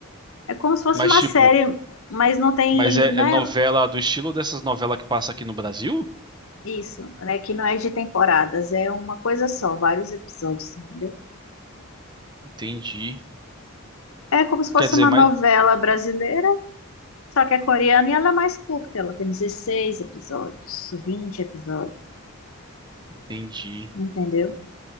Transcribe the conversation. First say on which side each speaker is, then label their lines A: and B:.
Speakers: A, on the left; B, on the right.
A: é como se fosse
B: Mas
A: uma
B: tipo,
A: série, mas não tem,
B: mas é,
A: não
B: é
A: é
B: novela do estilo dessas novelas que passa aqui no Brasil?
A: isso, né? Que não é de temporadas, é uma coisa só, vários episódios, entendeu?
B: Entendi.
A: É como se fosse
B: Quer dizer,
A: uma
B: mas
A: novela brasileira, só que é coreana e ela é mais curta, ela tem 16 episódios, 20 episódios,
B: entendi.
A: entendeu?